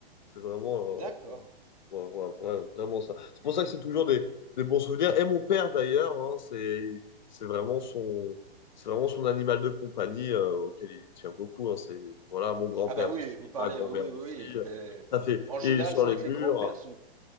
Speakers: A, on the left; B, on the right.
A: c'est vraiment,
B: D'accord.
A: euh, vraiment, ouais, ouais, ouais, vraiment ça. C'est pour ça que c'est toujours des, des bons souvenirs. Et mon père d'ailleurs, hein, c'est, c'est vraiment son, c'est vraiment son animal de compagnie euh, auquel il tient beaucoup. hein. c'est voilà, mon grand-père
B: Ah bah oui,
A: aussi,
B: vous parlez,
A: ma grand-mère
B: oui, oui, oui.
A: aussi.
B: oui. Euh,
A: Ça fait,
B: En général,
A: et il est sur
B: c'est
A: les
B: vrai
A: murs.
B: que les grands-pères sont...